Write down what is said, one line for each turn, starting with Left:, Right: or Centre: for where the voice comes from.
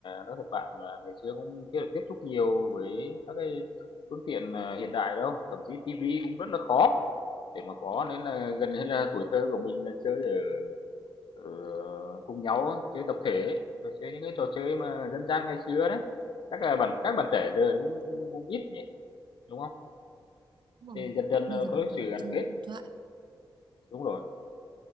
Left: nói thật bạn là ngày xưa cũng chưa được tiếp xúc nhiều với các cái phương tiện, ờ, hiện đại đâu, thậm chí tivi cũng rất là khó để mà có, nên là gần như là tuổi thơ của mình là chơi ở ở cùng nhau á, chơi tập thể ấy, rồi chơi những cái trò chơi mà dân gian ngày xưa đấy. Chắc là bạn các bạn trẻ giờ cũng cũng cũng ít nhỉ, đúng không?
Right: Đúng
Left: Thì
Right: rồi.
Left: dần dần,
Right: Bây
Left: ờ,
Right: giờ
Left: có cái
Right: toàn
Left: sự gắn
Right: chơi
Left: kết,
Right: điện thoại
Left: đúng rồi.